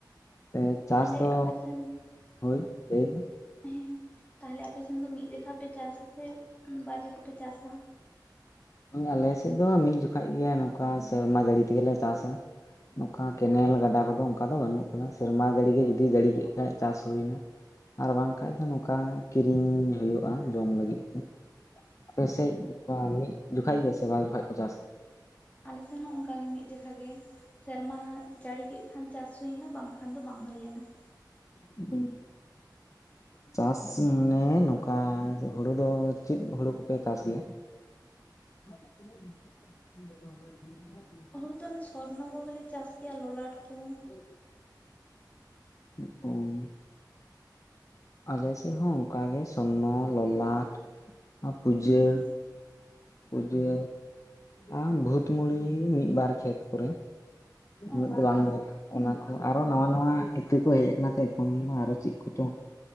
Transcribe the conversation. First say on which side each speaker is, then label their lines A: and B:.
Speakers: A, on the left; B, on the left.
A: ᱛᱮ ᱪᱟᱥ
B: ᱛᱟᱦᱚᱞᱮ
A: ᱫᱚ
B: ᱟᱯᱮ ᱥᱮᱱ
A: ᱦᱳᱭ ᱞᱟᱹᱭ ᱢᱮ
B: ᱦᱮᱸ ᱛᱟᱦᱚᱞᱮ ᱟᱯᱮᱥᱱ ᱫᱚ ᱢᱤᱫ ᱡᱚᱠᱷᱟ ᱯᱮ ᱪᱟᱥᱟ ᱥᱮ ᱵᱟᱨ ᱡᱚᱠᱷᱟ ᱯᱮ ᱪᱟᱥᱟ?
A: ᱟᱞᱮᱥᱮᱫ ᱫᱚ ᱢᱤᱫ ᱡᱚᱠᱷᱟᱡ ᱜᱮ ᱱᱚᱝᱠᱟ ᱥᱮᱨᱢᱟ ᱡᱟᱹᱲᱤ ᱛᱮᱜᱮᱞᱮ ᱪᱟᱥᱟ ᱾ ᱱᱚᱝᱠᱟ ᱠᱮᱱᱮᱞ ᱜᱟᱰᱟ ᱠᱚᱫᱚ ᱚᱱᱠᱟ ᱫᱚ ᱵᱟᱹᱱᱩᱜ ᱟᱠᱟᱫᱟ ᱥᱮᱨᱢᱟ ᱡᱟᱹᱲᱤ ᱜᱮ ᱡᱩᱫᱤ ᱡᱟᱹᱲᱤ ᱠᱮᱫ ᱠᱷᱟᱡ ᱪᱟᱥ ᱦᱩᱭᱱᱟ ᱾ ᱟᱨ ᱵᱟᱝᱠᱷᱟᱡ ᱫᱚ ᱱᱚᱝᱠᱟ ᱠᱤᱨᱤᱧ ᱦᱩᱭᱩᱜᱼᱟ ᱡᱚᱢ ᱞᱟᱹᱜᱤᱫ ᱛᱮ ᱟᱯᱮᱥᱮᱡ ᱢᱤᱫ ᱡᱚᱠᱷᱟᱡ ᱜᱮ ᱥᱮ ᱵᱟᱨ ᱡᱠᱷᱟᱡ ᱠᱚ ᱪᱟᱥᱟ?
B: ᱟᱞᱮᱥᱮᱱ ᱦᱚᱸ ᱚᱱᱠᱟ ᱜᱮ ᱢᱤᱫ ᱡᱚᱠᱷᱟ ᱜᱮ ᱥᱮᱨᱢᱟ ᱡᱟᱹᱲᱤ ᱠᱮᱫ ᱠᱷᱟᱱ ᱪᱟᱥ ᱦᱩᱭᱱᱟ ᱵᱟᱝᱠᱷᱟᱱ ᱫᱚ ᱵᱟᱝ ᱦᱩᱭ ᱞᱮᱱᱟ ᱾
A: ᱦᱮᱸ ᱪᱟᱥ ᱢᱟᱱᱮ ᱱᱚᱝᱠᱟ ᱦᱳᱲᱳ ᱫᱚ ᱪᱮᱫ ᱦᱳᱲᱳ ᱠᱚᱯᱮ ᱪᱟᱥ ᱜᱮᱭᱟ? <unintelligible>
B: ᱦᱳᱲᱳ ᱫᱚ ᱚᱱᱮ ᱥᱚᱨᱱᱚ ᱠᱚᱜᱮᱞᱮ ᱪᱟᱥ ᱜᱮᱭᱟ ᱞᱚᱞᱟᱴ ᱠᱚ
A: ᱚ ᱟᱞᱮᱥᱮᱫ ᱦᱚᱸ ᱚᱱᱠᱟ ᱜᱮ ᱥᱚᱨᱱᱚ, ᱞᱚᱞᱟᱴ, ᱯᱩᱡᱟᱹ
B: ᱦᱮᱸ
A: ᱯᱩᱡᱟᱹ ᱟ ᱵᱷᱩᱛ ᱢᱩᱲᱤ ᱢᱤᱫ ᱵᱟᱨ ᱠᱷᱮᱛ ᱠᱚᱨᱮ।
B: ᱦᱮᱸ
A: ᱩᱱᱟᱹᱜ ᱫᱚ ᱵᱟᱝ ᱜᱮ ᱚᱱᱟ ᱠᱚ ᱟᱨᱚ ᱱᱟᱣᱟ ᱱᱟᱣᱟ ᱤᱛᱟᱹ ᱠᱚ ᱦᱮᱡ ᱟᱠᱟᱱᱟ ᱛᱚ ᱮᱠᱷᱚᱱ ᱟᱨᱚ ᱪᱮᱫ ᱠᱚᱪᱚ